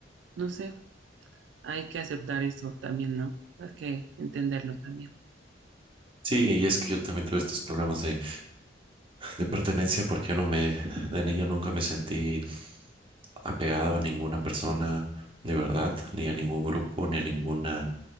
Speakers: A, on the right; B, on the right.
A: no sé, hay que aceptar eso también, ¿no? Hay que entenderlo también.
B: Sí, y es que yo también tuve estos problemas de, de pertenencia porque yo no me, de niño nunca me sentí apegado a ninguna persona de verdad, ni a ningún grupo, ni a ninguna